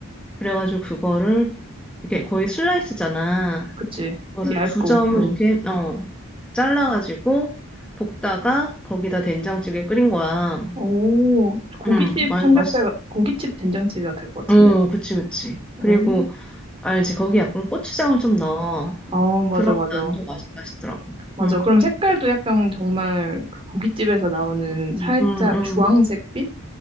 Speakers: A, in the centre; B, on the right.
A: 그래가지고 그거를 이렇게 거의 슬라이스잖아.
B: 그치.
A: 그거를
B: 얇고,
A: 두 점을
B: 응.
A: 이렇게 어 잘라가지고 볶다가 거기다 된장찌개 끓인 거야.
B: 오, 고깃집
A: 응 맛
B: 삼겹살,
A: 맛있.
B: 고깃집 된장찌개가 될 것 같은데?
A: 어, 그치, 그치.
B: 오,
A: 그리고 알지, 거기 약간 고추장을 좀 넣어.
B: 아,
A: 그럼
B: 맞아, 맞아.
A: 난 더 맛있, 맛있더라고.
B: 맞아.
A: 응,
B: 그럼 색깔도 약간 정말 그 고깃집에서 나오는
A: 응
B: 살짝
A: 응, 응,
B: 주황색빛?